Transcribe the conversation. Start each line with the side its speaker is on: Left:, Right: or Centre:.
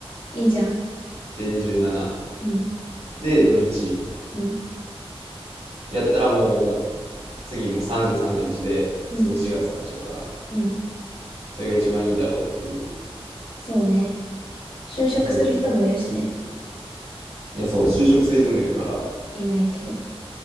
Left: いいじゃん。
Right: で、27。
Left: うん。
Right: で、土日。
Left: うん。
Right: やったらもう、次もう30、31ですぐ4月になっちゃうから、
Left: うん。うん。
Right: それが一番いいだろうという
Left: そうね。就職する人もいるしね。
Right: 目論見いや、そう、就職する人もいるから、
Left: いないけど。